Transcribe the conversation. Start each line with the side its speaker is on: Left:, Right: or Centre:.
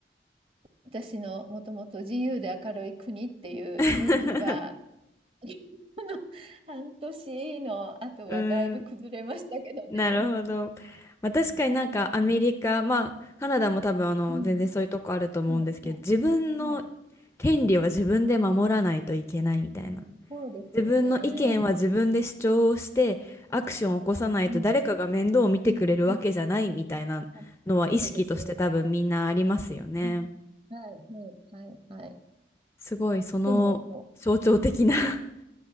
Right: 私のもともと自由で明るい国っていうイメージは、
Left: <laughs>
Right: <laughs> この半年の後はだいぶ崩れましたけどね。
Left: うん。なるほど。まあ、確かになんかアメリカ、
Right: はい。
Left: まあカナダも多分あの全然そういうとこあると思うんですけど、
Right: うん。はい、はい、
Left: 自分の
Right: はい。
Left: 権利は自分で守らないといけないみたいな。
Right: うん、そうですよね。
Left: 自分の意見は自分で主張をしてアクションを起こさないと誰かが面倒を見てくれるわけじゃないみたいなのは意識として多分みんなありますよね。
Right: はい。うん、うん、うん。うんあ、そうですよね。うん、うん。はい、はい、はい、はい。
Left: すごいその象徴的な
Right: でも、<laughs> は